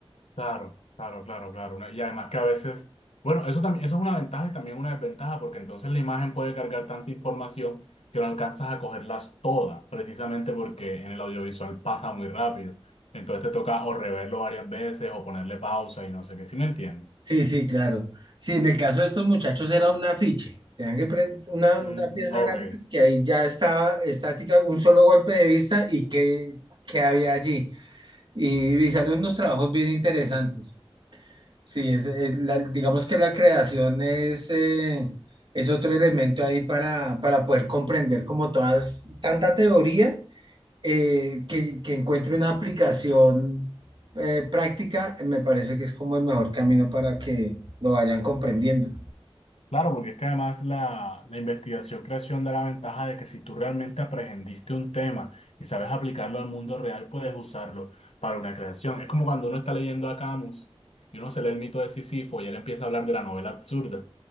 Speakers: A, on the left; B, on the right.
A: Claro, claro, claro, claro. Una- y además que a veces, bueno, eso también, eso es una ventaja y también una desventaja, porque entonces la imagen puede cargar tanta información que no alcanzas a cogerlas todas, precisamente porque en el audiovisual pasa muy rápido. Entonces te toca o reverlo varias veces o ponerle pausa y no sé qué. ¿Sí me entiendes?
B: Sí, sí, claro. Sí, en el caso de estos muchachos era un afiche. Tenían que prender una,
A: Mm,
B: una pieza
A: ok,
B: gráfica que ahí ya estaba estática, un solo golpe de vista y qué, qué había allí. Y, y salen unos trabajos bien interesantes. Sí, es, es la- digamos que la creación es, eh, es otro elemento ahí para, para poder comprender como todas, tanta teoría eh, que, que encuentre una aplicación eh, práctica, eh, me parece que es como el mejor camino para que lo vayan comprendiendo.
A: Claro, porque es que además la, la investigación creación da la ventaja de que si tú realmente aprendiste un tema y sabes aplicarlo al mundo real, puedes usarlo para una creación. Es como cuando uno está leyendo a Camus y uno se lee el mito de Sísifo y él empieza a hablar de la novela absurda